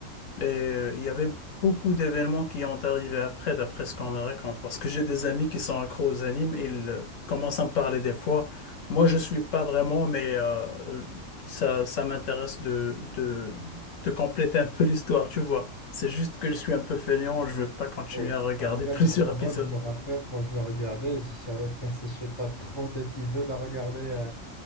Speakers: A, on the left; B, on the left.
A: Et euh, il y avait beaucoup d'événements qui ont arrivé après, d'après ce qu'on me raconte, parce que j'ai des amis qui sont accros aux animes, et ils euh, commencent à me parler des fois. Moi, je suis pas vraiment, mais euh, euh, ça, ça m'intéresse de, de, de compléter un peu <laughs> l'histoire, tu vois. C'est juste que je suis un peu feignant, je veux pas continuer
B: Ouais.
A: à regarder
B: Après
A: <laughs> plusieurs
B: Dragon
A: épisodes.
B: Ball, je me rappelle quand je le regardais, j'avais passé, je sais pas, 30 épisodes à regarder euh,